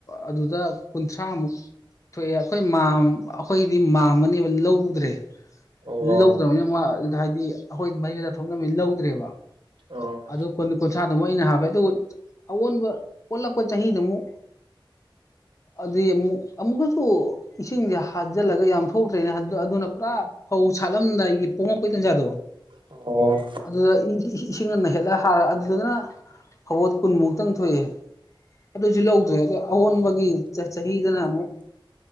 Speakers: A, on the left; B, on the right.
A: ꯑꯗꯨꯗ ꯀꯨꯟꯊ꯭ꯔꯥꯃꯨꯛ ꯊꯣꯛꯑꯦ ꯑꯩꯈꯣꯏ ꯃꯥꯃ ꯑꯩꯈꯣꯏꯗꯤ ꯃꯥꯝꯃꯅꯦꯕ ꯂꯧꯗ꯭ꯔꯦ
B: ꯑꯣ
A: ꯂꯧꯗ꯭ꯔꯝꯅꯤꯅ ꯃꯥ ꯍꯥꯏꯗꯤ ꯑꯩꯈꯣꯏ ꯃꯔꯤꯗ ꯊꯣꯛꯅ ꯕꯅꯤꯅ ꯂꯧꯗ꯭ꯔꯦꯕ
B: ꯑꯣ
A: ꯑꯗꯨ ꯀꯨꯟ ꯀꯨ ꯊ꯭ꯔꯥꯗꯨ ꯃꯣ ꯑꯩꯅ ꯍꯥꯞꯄꯦ ꯑꯗꯨꯒ ꯑꯑꯣꯟꯕ ꯑꯣꯜꯂꯛꯄ ꯆꯍꯤꯗꯨꯃꯨꯛ ꯑꯗꯨꯏ ꯑꯃꯨꯛ ꯑꯃꯨꯛꯀꯁꯨ ꯏꯁꯤꯡꯁꯦ ꯍꯥꯖꯤꯜꯂꯒ ꯌꯥꯝ ꯊꯣꯛꯇ꯭ꯔꯦꯅꯦ ꯍꯥ ꯑꯗꯨꯅ ꯄꯨꯔꯥ ꯐꯧ ꯁꯥꯠꯂꯝꯗꯥꯏꯒꯤ ꯄꯣꯝꯃꯛꯄꯩ ꯇꯟꯖꯥꯗꯣ
B: ꯑꯣ
A: ꯑꯗꯨꯗ ꯏ ꯍꯤ ꯏꯁꯤꯡꯅ ꯅꯩꯍꯠꯂ ꯍꯥꯔꯦ ꯑꯗꯨꯗꯅ ꯐꯧꯕꯣꯠ ꯀꯨꯟꯃꯨꯛꯇꯪ ꯊꯣꯛꯏ ꯑꯗꯨꯁꯨ ꯂꯧꯗ꯭ꯔꯦ ꯑꯗ ꯑꯑꯣꯟꯕꯒꯤ ꯆꯥ ꯆꯍꯤꯗꯅ ꯑꯃꯨꯛ